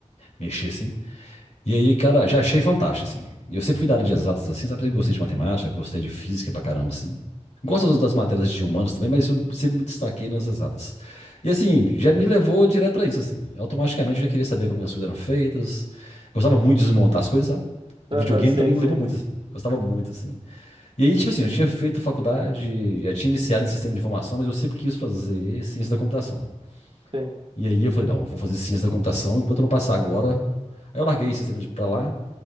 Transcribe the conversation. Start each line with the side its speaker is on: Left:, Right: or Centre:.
Left: mexer assim. E aí, cara, já achei fantástico, assim. E eu sempre fui da área de exatas, assim, sabe? Eu gostei de matemática, gostei de física pra caramba, assim. Gosto
Right: Uhum.
Left: das- das matérias de humanas também, mas eu sempre me destaquei nas exatas. E assim, já me levou direto pra isso, assim. Eu automaticamente já queria saber como as coisas eram feitas. Gostava muito de desmontar as coisas, sabe?
Right: Aham,
Left: Videogame
Right: sim,
Left: também me
Right: sim,
Left: levou muito, assim. Gostava muito, assim. E aí, tipo assim, eu tinha feito faculdade, já tinha iniciado em sistema de informação, mas eu sempre quis fazer ciência da computação.
Right: sim.
Left: E aí eu falei, não, vou fazer ciência da computação enquanto eu não passar agora. Aí eu larguei o sistema de pra lá